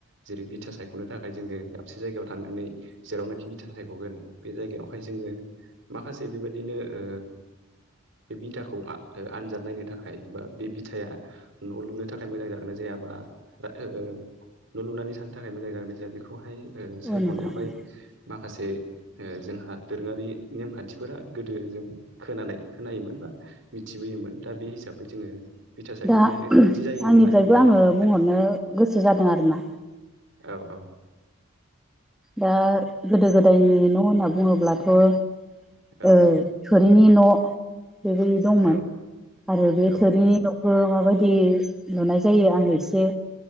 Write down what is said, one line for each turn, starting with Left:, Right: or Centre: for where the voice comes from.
Right: जेरै बिथा सायख'नो थाखाय जोङो दाबसे जायगायाव थांनानै जेरावनोखि बिथा सायख'गोन बे जायगायाव बेवहाय जोङो माखासे बेबायदिनो ओ बे बिथाखौ ओ आनजाद नायनो थाखाय बा बे बिथाया न' लुनो थाखाय मोजां जागोनाय जाया बा ओ न' लुनानै थानो थाखाय मोजां जागोना जाया बेखौहाय ओ सायख'नायावहाय
Centre: औ नोंथां औ
Right: माखासे ओ जोंहा दोरोङारि नेमखान्थिफोरा गोदो जों खोनानाय खोनायोमोन बा मिथिबोयोमोन दा बे हिसाबै जोङो बिथा सायख'नायाव
Centre: दा
Right: ओरैबायदि जायोमोन
Centre: आंनिफ्रायबो
Right: होननानै बुंदों
Centre: आङो
Right: आरो
Centre: बुंहरनो गोसो जादों आरो ना
Right: औ औ
Centre: दा गोदो गोदायनि न' होनना बुङोब्लाथ' थोरिनि
Right: औ
Centre: न' बेबायदि दंमोन
Right: औ
Centre: आरो बे
Right: औ
Centre: थोरिनि न'खौ माबायदि लुनाय जायो आङो एसे